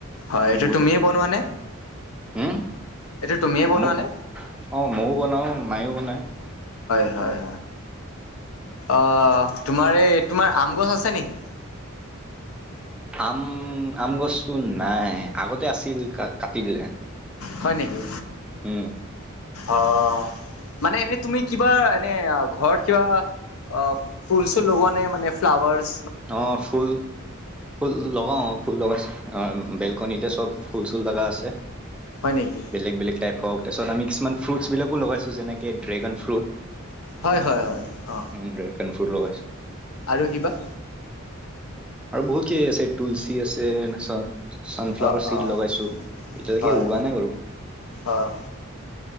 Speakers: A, on the left; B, in the centre.
A: হয়, এইটো
B: বহুত
A: তুমিয়ে বনোৱানে?
B: হম
A: এইটো তুমিয়ে বনোৱানে?
B: মোক অ, ময়ও বনাও মায়েও বনায়।
A: হয়, হয়। আহ, তোমাৰ এই তোমাৰ আম গছ আছে নেকি?
B: উম, আম গছটো নাই আগতে আছিল কা-কাটি দিলে।
A: হয় নেকি?
B: উম,
A: অ, মানে এনেই তুমি কিবা এনে ঘৰত কিবা অ, ফুলছোল লগোৱা নে মানে ফ্লাৱৰ্চ?
B: অ, ফুল, ফুল লগাও ফুল লগাইছো অ, বেলকনিতে চব ফুল চুল লগা আছে।
A: হয় নেকি?
B: বেলেগ বেলেগ টাইপ হক তাৰপিত আমি কিছুমান ফ্ৰুটচ বিলাকো লগাইছো যেনেকে ড্ৰেগন ফ্ৰুট।
A: হয়, হয়, হয়, অ,
B: উম ড্ৰেগন ফ্ৰুট লগাইছোঁ।
A: আৰু কিবা?
B: আৰু বহুত কেই আছে তুলসী আছে <unintelligible> ছানফ্লাৱাৰ
A: অ',
B: চিড
A: অ',
B: লগাইছো এতিয়ালৈকে
A: হয়,
B: উোৱা নাই বাৰু।
A: অ',